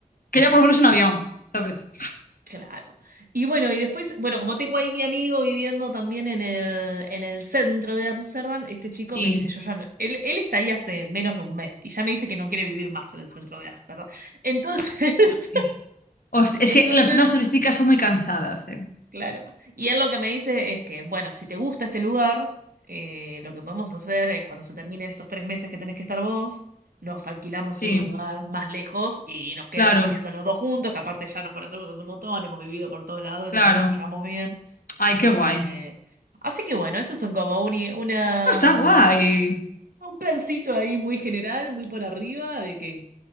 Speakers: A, on the left (about 75°); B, on the right (about 85°).
A: que ya por lo menos
B: Y,
A: un avión, ¿sabes?
B: Claro. Y bueno, y después, bueno, como tengo ahí mi amigo viviendo también en el, en el centro de Ámsterdam, este chico
A: Y,
B: me dice, yo ya, no- él, él está ahí hace menos de un mes y ya me dice que no quiere vivir más en el centro de Ámsterdam. Entonces, <laughs>
A: hostis. Host- es
B: entonces
A: que las zonas turísticas son muy cansadas, ¿eh?
B: Claro. Y él lo que me dice es que, bueno, si te gusta este lugar, eh, lo que podemos hacer es cuando se terminen estos tres meses que tenés que estar vos, nos alquilamos
A: Sí,
B: un lugar más lejos y nos quedamos
A: claro,
B: viviendo los dos juntos, que aparte ya nos conocemos hace un montón, hemos vivido por todos lados y
A: claro.
B: sabemos que nos llevamos bien.
A: Ay, qué
B: Eh,
A: guay. No,
B: así que bueno, eso son como un, una,
A: está
B: mm,
A: guay.
B: un plancito ahí muy general, muy por arriba, de que